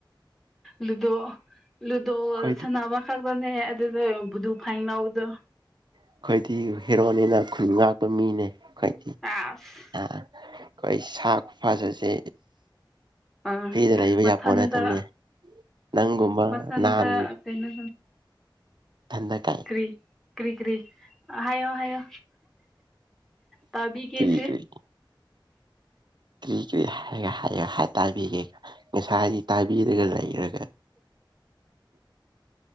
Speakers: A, in the centre; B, on the right.
A: ꯂꯨꯗꯣ ꯂꯨꯗꯣ
B: ꯑꯩꯈꯣꯏꯗꯤ
A: ꯁꯥꯟꯅꯕ ꯈꯛꯇꯅꯦ ꯑꯗꯨꯗ ꯕꯨꯗꯨ ꯐꯥꯏꯟ ꯂꯧꯎꯗꯣ
B: ꯑꯩꯈꯣꯏꯗꯤ ꯍꯦꯔꯣꯅꯤꯅ ꯈꯨꯟ ꯉꯥꯛꯄ ꯃꯤꯅꯦ ꯑꯩꯈꯣꯏꯗꯤ
A: ꯑꯥꯁ
B: ꯑ ꯑꯩꯈꯣꯏ ꯁꯥ ꯐ ꯆꯠꯁꯦ
A: ꯑꯥ
B: ꯐꯔꯤꯗ ꯂꯩꯕ
A: ꯃꯊꯟꯗ
B: ꯌꯥꯥꯄꯣꯅ ꯊꯅꯦ ꯅꯪꯒꯨꯝꯕ
A: ꯃꯊꯟꯇ
B: ꯅꯥꯟ
A: ꯀꯩꯅꯣ
B: ꯊꯗ ꯀꯥꯏ
A: ꯀ꯭ꯔꯤ ꯀ꯭ꯔꯤ ꯍꯥꯏꯌꯣ ꯍꯥꯏꯌꯣ ꯇꯥꯕꯤꯒꯦꯁꯦ
B: ꯀꯔꯤ ꯀꯔꯤ ꯀ꯭ꯔꯤꯒꯔꯤ ꯍꯥꯏꯔꯒ ꯍꯥꯏꯒ ꯍꯥꯏꯇꯥꯕꯤꯒꯦꯀ ꯉꯁꯥꯏꯗꯤ ꯇꯥꯏꯕꯤꯔꯒ ꯂꯩꯈꯔꯒ